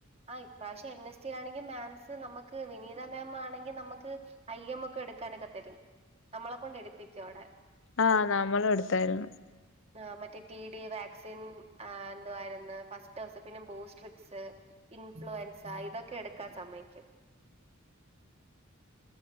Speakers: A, on the right (about 30°); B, on the left (about 65°).
A: ആ ഇപ്രാവശ്യം എൻ എസ് ടി ആണെങ്കിൽ മാംസ് നമുക്ക് വിനീത മാം ആണെങ്കിൽ നമുക്ക് ഐ എം മൊക്കെ എടുക്കാനൊക്കെ തരും നമ്മളെ കൊണ്ട് എടുപ്പിക്കും അവിടെ
B: ആഹ് നമ്മളും എടുത്തായിരുന്നു
A: ആ മറ്റേ ടി ഡി വാക്സിൻ എന്തുാവായിരുന്ന് ഫസ്റ്റ് ഡോസ് പിന്നെ ബൂസ്റ്റ് ട്രിക്സ് ഇൻഫ്ലുവൻസ ഇതൊക്കെ എടുക്കാൻ സമ്മയിക്കും